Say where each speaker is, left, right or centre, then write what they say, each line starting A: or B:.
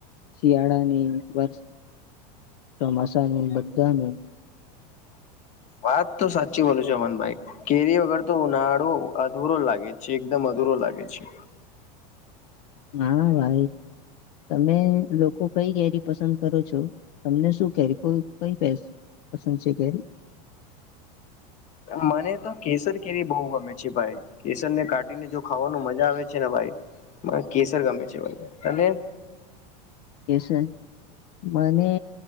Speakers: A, on the left; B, on the left.
A: શિયાળાની વરષ ચોમાસા નુ બધા નુ
B: વાત તો સાચી બોલું છે અમનભાઈ કેરી વગર તો ઉનાળો અધુરો લાગે છે એકદમ અધૂ અધૂરો લાગે છે.
A: હા ભાઈ. તમે લોકો કઈ કેરી પસંદ કરો છો તમને શું કેરી કઈ પસ પસંદ છે કેરી
B: મને તો કેસર કેરી બહુ ગમે છે ભાઈ કેસર ને કાઢીને જો ખાવાનું મજા આવે છે ને ભાઈ કેસર ગમે છે ભાઈ અને
A: કેસ મને